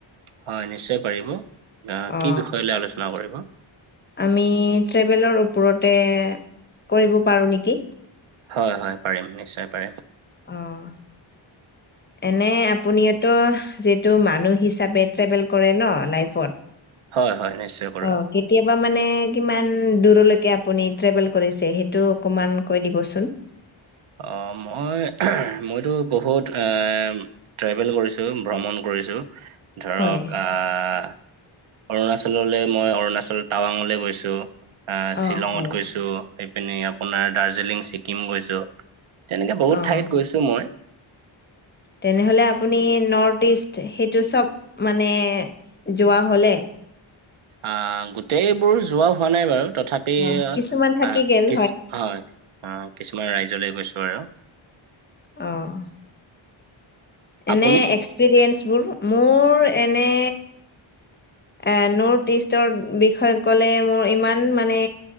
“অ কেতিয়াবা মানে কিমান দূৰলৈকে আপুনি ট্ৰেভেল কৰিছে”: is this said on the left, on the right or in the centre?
Left